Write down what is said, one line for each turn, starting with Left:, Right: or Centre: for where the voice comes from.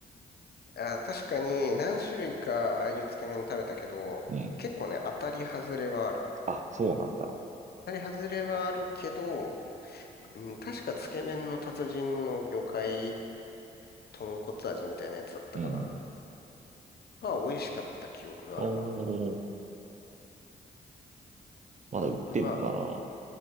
Left: あ、確かに何種類かああいうつけ麺食べたけど、
Right: うん。
Left: 結構ね、当たり外れはある。
Right: あ、そうなんだ。
Left: 当たり外れはあるけど、うん、確かつけ麺の達人の魚介豚骨味みたいなやつだったかな。
Right: うん。
Left: まあ、美味しかった記憶があるな。
Right: おー、まだ売ってんのかな
Left: まあ、